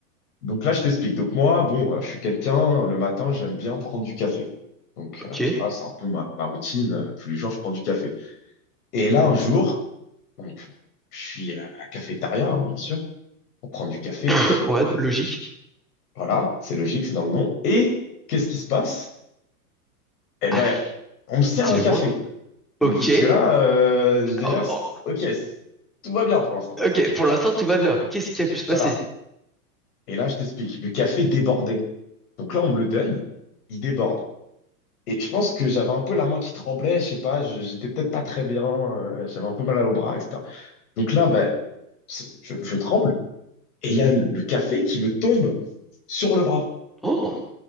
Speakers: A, on the left; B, in the centre.
A: Donc là, je t'explique. Donc moi, bon, euh, je suis quelqu'un, le matin, j'aime bien prendre du café. Donc
B: ok.
A: euh, ah, c'est un peu ma, ma routine. euh, Tous les jours, je prends du café. Et là, un jour, donc, je suis à la cafétéria, hein, bien sûr, pour prendre du café.
B: <laughs> Ouais, logique.
A: Voilà, c'est logique, c'est dans le nom. Et qu'est-ce qui se passe? Eh
B: Ah,
A: ben, on me sert
B: dis-le-moi.
A: un café.
B: Ok.
A: Donc jusque-là, euh, déjà,
B: Oh,
A: c-
B: oh.
A: ok, c- tout va bien pour l'instant.
B: Ok, pour l'instant, tout va bien. Qu'est-ce qui a pu se passer?
A: Voilà. Et là, je t'explique. Le café débordait. Donc là, on me le donne, il déborde. Et je pense que j'avais un peu la main qui tremblait, je sais pas, je- j'étais peut-être pas très bien, euh, j'avais un peu mal au bras, etc. Donc là, ben, c'est- je, je tremble et il y a le café qui me tombe sur le bras.
B: Oh.